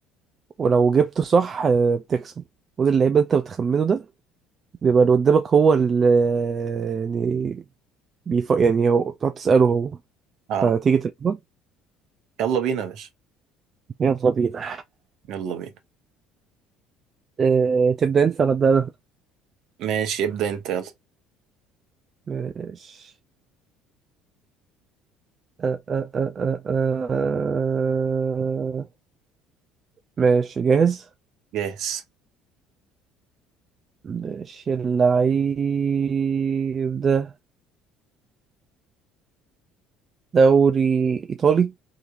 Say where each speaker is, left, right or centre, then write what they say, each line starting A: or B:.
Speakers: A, on the right (about 35°); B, on the right (about 60°).
A: ولو جبته صح آه، بتكسب ودي اللعيبة انت بتخمنه ده بيبقى اللي قدامك هو اللي يعني بيف... يعني هو بتقعد تسأله هو
B: اه
A: فتيجي تلعبها
B: يلا بينا يا باشا
A: يلا بينا
B: يلا بينا
A: آه، تبدأ انت ولا أبدأ انا؟
B: ماشي ابدا انت يلا
A: ماشي آه، آه، آه، آه، آه. ماشي جاهز
B: جاهز
A: ماشي اللعيب ده دوري إيطالي